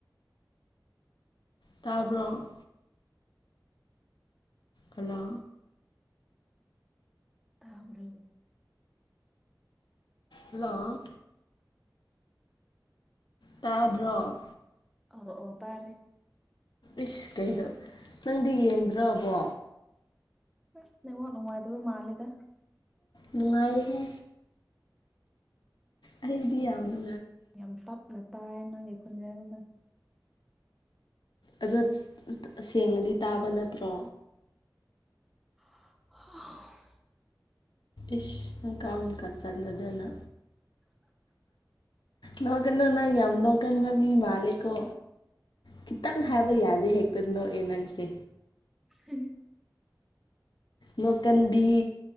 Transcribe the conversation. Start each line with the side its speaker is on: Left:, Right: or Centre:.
Left: ꯇꯥꯕ꯭ꯔꯣ ꯍꯜꯂꯣ
Centre: ꯇꯥꯕ꯭ꯔꯣ
Left: ꯍꯜꯂꯣ ꯇꯥꯗ꯭ꯔꯣ
Centre: ꯑꯣ ꯑꯣ ꯇꯥꯔꯦ
Left: ꯏꯁ ꯀꯩꯅꯣ ꯅꯪꯗꯤ ꯌꯦꯡꯗ꯭ꯔꯣꯕꯣ
Centre: ꯑꯁ ꯅꯦꯠꯋꯥꯔ꯭ꯛ ꯅꯨꯡꯉꯥꯏꯇꯕ ꯃꯥꯜꯂꯦꯗ
Left: ꯅꯨꯡꯉꯥꯏꯍꯦ ꯑꯩꯗꯤ ꯌꯥꯝ ꯅꯨ
Centre: ꯌꯥꯝ ꯇꯞꯅ ꯇꯥꯑꯦ ꯅꯪꯒꯤ ꯈꯣꯟꯖꯦꯜꯅ
Left: ꯑꯗꯣ ꯁꯦꯡꯅꯗꯤ ꯇꯥꯕ ꯅꯠꯇ꯭ꯔꯣ
Centre: <unintelligible>
Left: ꯏꯁ ꯍꯀꯥꯝ ꯀꯥ ꯆꯠꯂꯗꯅ ꯅꯣꯛꯀꯅꯣ ꯅꯪ ꯌꯥꯝ ꯅꯣꯛꯀꯟꯕ ꯃꯤ ꯃꯥꯂꯦꯀꯣ ꯈꯤꯇꯪ ꯍꯥꯏꯕ ꯌꯥꯗꯦ ꯍꯦꯛꯇ ꯅꯣꯛ ꯑꯦ ꯅꯪꯁꯦ
Centre: ꯍꯤꯍꯤ
Left: ꯅꯣꯛꯀꯟꯕꯤ